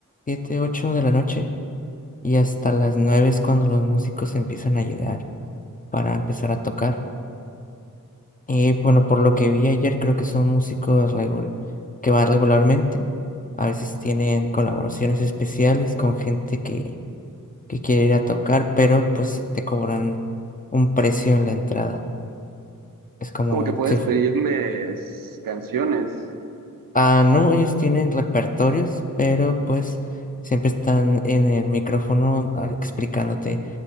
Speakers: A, on the left (about 25°); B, on the right (about 80°).
A: 7 8 de la noche y hasta las 9 es cuando los músicos empiezan a llegar para empezar a tocar. Y bueno, por lo que vi ayer, creo que son músicos regu- que van regularmente. A veces tienen colaboraciones especiales con gente que que quiere ir a tocar, pero pues te cobran un precio en la entrada. Es como
B: Como que puedes
A: si fu-
B: pedirles canciones.
A: Ah, no, ellos tienen repertorios, pero pues siempre están en el micrófono ah, explicándote